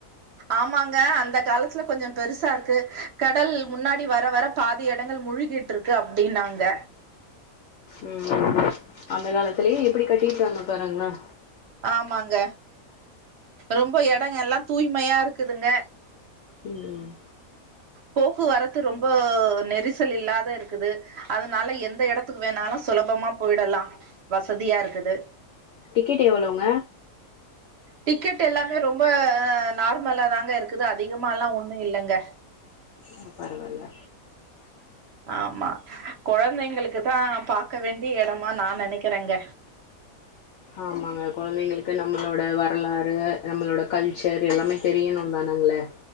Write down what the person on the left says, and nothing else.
ம் அந்த காலத்திலயே எப்டி கட்டிருங்கா பாருங்களேன்
ம் ம்
டிக்கெட் எவ்ளோங்க
ம் பரவாயில்ல
ஆமாங்க கொழந்தைங்களுக்கு நம்மளோட வரலாறு நம்மளோட கல்ச்சர் எல்லாமே தெரியணுதானங்களே